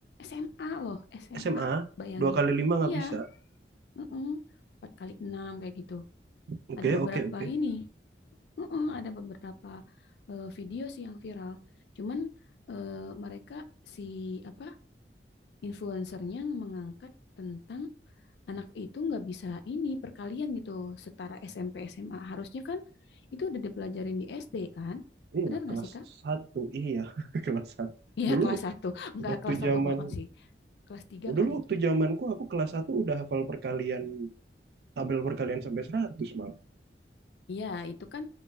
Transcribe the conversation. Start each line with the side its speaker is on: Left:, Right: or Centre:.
Left: SMA loh SMA
Right: SMA,
Left: bayangin
Right: dua kali lima nggak
Left: iya
Right: bisa.
Left: mm-mm, empat kali enam kayak gitu
Right: Oke
Left: ada beberapa
Right: oke oke.
Left: ini mm-mm, ada beberapa eh, video sih yang viral cuman eh, mereka si apa influencernya mengangkat tentang anak itu nggak bisa ini perkalian gitu setara SMP SMA harusnya kan itu udah dipelajarin di SD kan
Right: Iya
Left: benar nggak
Right: kelas
Left: sih kak
Right: satu, iya <laughs> kelas satu
Left: <laughs> Iya
Right: dulu
Left: kelas satu nggak
Right: Waktu
Left: kelas satu
Right: zaman
Left: banget sih kelas tiga
Right: dulu
Left: kali
Right: waktu zamanku aku kelas satu udah hafal perkalian tabel perkalian sampai 100 malah.
Left: Iya itu kan